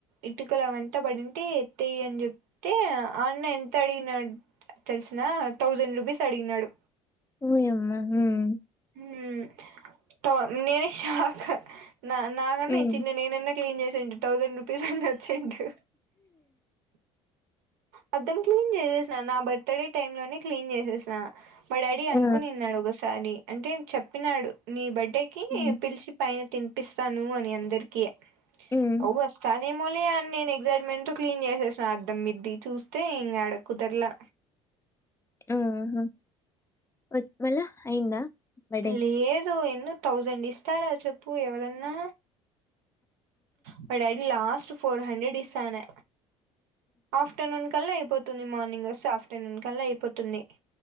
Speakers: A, on the right; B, on the left.
A: ఇటుక లవంతా పడింటే ఎత్తయి అని చెప్తే అన్న ఎంత అడిగినాడ్ తెలిసునా థౌసండ్ రూపీస్ అడిగినాడు
B: ఓయమ్మా ఊమ్
A: ఊమ్ త నేనేే షాక్ నా నాకన్నా
B: హ్మ్.
A: ఇచ్చిండే నేనన్నా క్లీన్ చేసేండు థౌసండ్ రూపీస్ అన్న వచ్చేదు మొత్తం క్లీన్ చేేసన్న బట్ త్తడే టైమ్ లోనే క్లీన్ చేసేసిన మా డాడీ అనుకోని
B: ఆ!
A: ఉన్నాడు ఒకసారి అంటే చెప్పినాడు నీ బెడ్ పెట్టేకీ
B: హ్మ్.
A: పిలిచి పైన తినిపిస్తానూ అని అందరికీ
B: హ్మ్.
A: ఒవ్వ స్టార్ <unintelligible> నేమో లే అని నేను ఎగ్జైట్మెంట్ తో క్లీన్ చేసేసా అద్దం మీద్దీ చూస్తే ఇంకా ఆడ కుదరలా
B: ఆ హా వ వళ అయిందా బర్డే?
A: లేదు ఎన్నూ తౌసండ్ ఇస్తారా చెప్పు ఎవరన్నా మా డాడీ లాస్ట్ ఫోర్ హండ్రెడ్ ఇస్తా అన్నా ఆఫ్టర్నూన్ కల్లా అయిపోతుంది. మార్నింగ్ వస్తా ఆఫ్టర్నూన్ కల్లా అయిపోతుంది.